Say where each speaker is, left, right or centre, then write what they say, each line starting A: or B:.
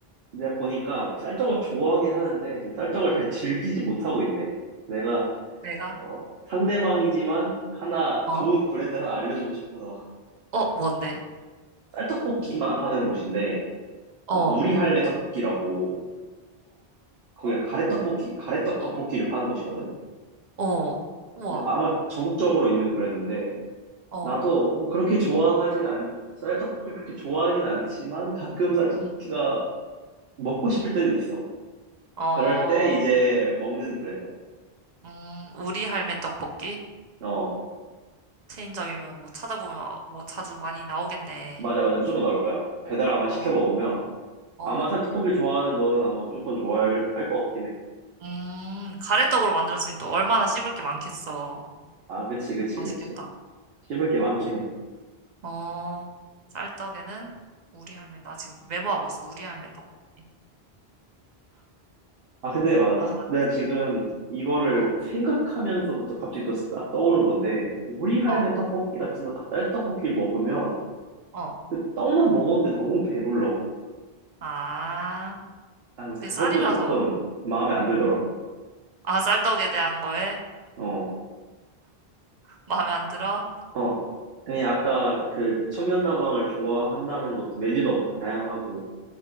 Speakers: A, on the right; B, on the right.
A: 내가 보니까 쌀떡을 좋아하긴 하는데 지금 쌀떡을 잘 즐기지
B: 응.
A: 못하고 있네. 내가
B: 내가?
A: 어, 상대방이지만 하나
B: 어?
A: 좋은 브랜드 하나 알려주고 싶어서
B: 어, 뭔데?
A: <laughs> 쌀떡볶이만 파는 곳인데
B: 어,
A: 어,
B: 어,
A: 우리 할매 떡볶이라고 거기가
B: 어,
A: 가래떡볶이, 가래떡 떡볶이를 파는 곳이거든.
B: 어, 우와,
A: 근데 아마 전국적으로 있는 브랜드인데
B: 어,
A: 나도 뭐 그렇게 좋아하진 않, 쌀떡볶이 그렇게 좋아하진 않지만 가끔 쌀떡볶이가
B: 응.
A: 먹고 싶을 때는 있어.
B: 어,
A: 그럴 때 이제 먹는 브랜드.
B: 음, 우리 할매 떡볶이?
A: 어,
B: 체인점이면 뭐 찾아보면 뭐 자주 많이 나오겠네.
A: 맞아, 맞아. 무조건 나올 거야. 배달 아마
B: 어,
A: 시켜 먹으면.
B: 어,
A: 아마 살떡볶이 좋아하는 너는 아마 무조건 좋아할 것 같긴 해.
B: 음, 가래떡으로 만들었으니 또 얼마나 씹을 게 많겠어.
A: 아, 그치, 그치,
B: 맛있겠다.
A: 그치. 씹을 게 많긴 해.
B: 어, 쌀떡에는 우리 할매, 나 지금 메모하고 있어. 우리 할매 떡볶이.
A: 아, 근데 맞아.
B: 어,
A: 딱
B: 알아.
A: 내가 지금 이거를
B: 어,
A: 생각하면서부터 갑자기 또 딱 떠오른 건데, 우리 할매
B: 어,
A: 떡볶이 같은 거 딱 쌀떡볶이 먹으면
B: 어.
A: 그 떡만 먹었는데 너무 배불러.
B: 아,
A: 나는
B: 그게
A: 그것도
B: 쌀이라서.
A: 조금 마음에 안 들더라고.
B: 응. 아, 쌀떡에 대한 거에
A: 어,
B: 마음에 안 들어?
A: 어, 아니, 아까 그 청년다방을 좋아한다는 것도 메뉴도 엄청 다양하고,